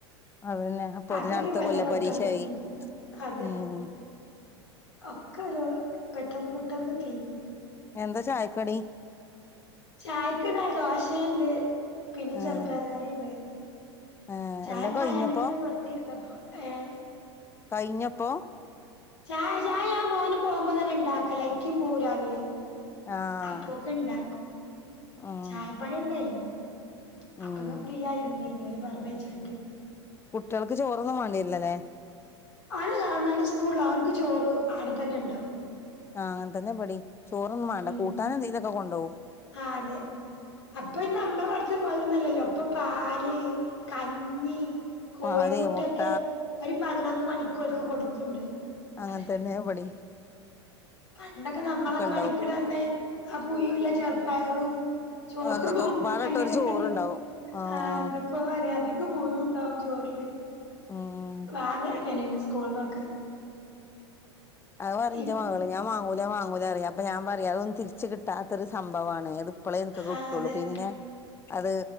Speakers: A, on the left; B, on the left.
A: അതന്നെ അപ്പൊത്തിന്
B: അതൊരു
A: അടുത്ത
B: കൊല്ലം
A: കൊല്ല
B: പെട്ടന്ന്
A: പരീക്ഷയായി
B: തീരും അതെ
A: ഉം
B: ഒക്കാരോ പെട്ടെന്ന് പെട്ടെന്ന് തീരും
A: എന്താ ചായക്കടി
B: ചായക്ക് താ ദോശയുണ്ട് പിന്നെ
A: ഏഹ്
B: ചെറുപയറ് കറീണ്ട്
A: ഏഹ്
B: ചായക്കായാണ്ട്ങ്ങനെ
A: എല്ലാം കഴിഞ്ഞപ്പോ
B: വെറുതെര്ന്നപ്പോ ഏ
A: കയ്ഞ്ഞപ്പോ
B: ചായ ചായ ആ മോന് പോകുമ്പോ തന്നെ ഇണ്ടാക്കല ഇക്കിം പോകും രാവിലെ
A: ആഹ്
B: അപ്പൊക്കെണ്ടാക്കും
A: ആഹ്
B: ചായ പണി അണ്ട് കയ്ഞ്ഞു
A: ഉം
B: അപ്പങ്ങ ഫ്രീ ആയിരുന്നേനി ഓലെ പറഞ്ഞഴച്ചിട്ട്
A: കുട്വൾക്ക് ചോറൊന്നും വാണ്ടി വരില്ല ല്ലേ
B: ഓന് ഗവൺമെന്റ് സ്കൂളില ഓൻക്ക് ചോറ് ആടെ തെന്നെണ്ടാവും
A: ആ അങ്ങൻ തന്നെ ഇബടി ചോറൊന്നും മാണ്ട
B: ഉം
A: കൂട്ടാന് എന്തെങ്കിലൊക്കെ കൊണ്ടവും
B: ആ അതെ അപ്പൊ ഇന്ന് നമ്മള് പഠിച്ച പോലന്നല്ലല്ലോ ഇപ്പൊ പാല് കഞ്ഞി കോയ്മുട്ടൊക്കെ
A: പാല് മുട്ട
B: ഒരു പതിനൊന്ന് മണിക്ക് ഓൽക്ക് കൊടുക്ക്ണ്ട്
A: അങ്ങൻ
B: അതെ
A: തന്നേ ഇവടിം
B: പണ്ടൊക്കെ നമ്മളൊക്കെ
A: ഉണ്ടാവും
B: പടിക്കണന്ന് ആ പുഴുള്ള ചെർപ്പയറും ചോറും
A: എന്നൊക്കെ പാടട്ട
B: അങ്ങനെക്കെന്തൊ
A: ഒരു ചോറുണ്ടാവും ആഹ്
B: ആ എന്ത ക്കു വരാതിക്കു പുഴു ഉണ്ടാകും ചോറില്
A: ഉം
B: വാങ്ങലന്ന ഇല്ലേനി സ്കൂൾ ന്നൊക്കെ
A: അത് പറയും ഇജ്ജെ
B: ഇപ്പൊ
A: മകള് ഞാൻ വാങ്ങൂല വാങ്ങൂലറിയും അപ്പൊ ഞാൻ പറയും അതൊന്നും തിരിച്ച് കിട്ടാത്തൊരു സംഭവാണ് ഏത് ഇപ്പളേ നിനക്കൊക്കെ
B: ആ
A: കിട്ടൊള്ളൂ
B: അതെ
A: പിന്നെ
B: അതെ
A: അത്